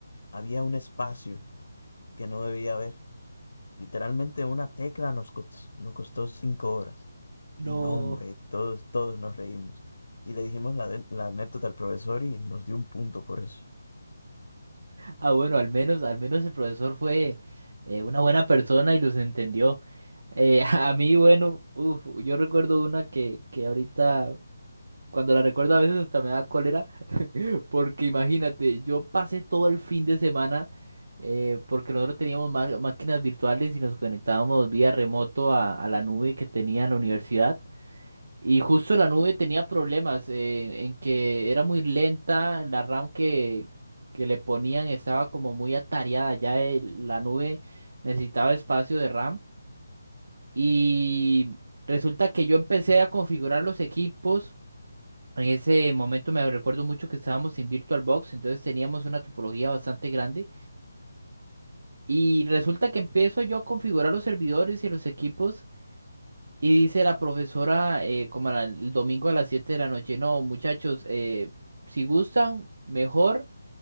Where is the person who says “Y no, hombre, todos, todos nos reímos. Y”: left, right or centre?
Left